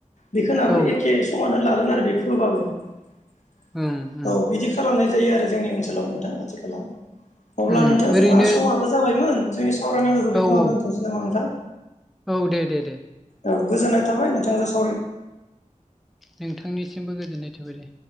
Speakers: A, on the left; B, in the centre.
A: बेखौनोहाबो
B: औ
A: ए <unintelligible> खालामनाय
B: उम उम
A: जायो आरो जोंनि ओनसोलाव नोंथां आथिखालाव अब्ला
B: उम
A: नोंथाङा
B: ओरैनो
A: जोंहा समाबो जाबायमोन जोंनि सावरायनांगौखौ
B: औ
A: बेखौननो
B: औ
A: दोन्थ'नोसै नामा नोंथां।
B: औ दे दे दे।
A: औ गोजोन्नाय थाबाय नोंथां सि
B: नोंथांनिसिमबो गोजोननाय थाबाय दे।